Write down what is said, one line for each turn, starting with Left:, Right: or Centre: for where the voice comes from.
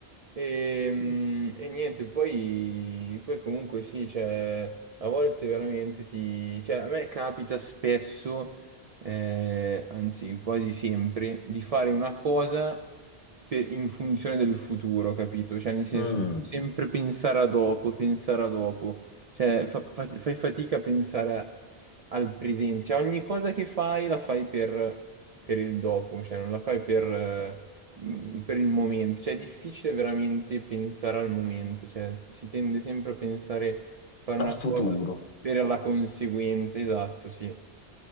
Right: E, mm, e niente, poi, poi comunque sì, cioè, a volte veramente ti... Cioè, a me capita spesso, eh, anzi quasi sempre, di fare una cosa per- in funzione del futuro, capito? Cioè, nel senso,
Left: Mm,
Right: sempre pensare a dopo, pensare a dopo. Cioè, fa- fa- fai fatica a pensare a- al presente. Cioè, ogni cosa che fai la fai per, per il dopo, cioè, non la fai per mh, per il momento, cioè è difficile veramente pensare al momento, cioè si tende sempre a pensare, fare
Left: al
Right: una
Left: futuro.
Right: cosa per la conseguenza, esatto, sì.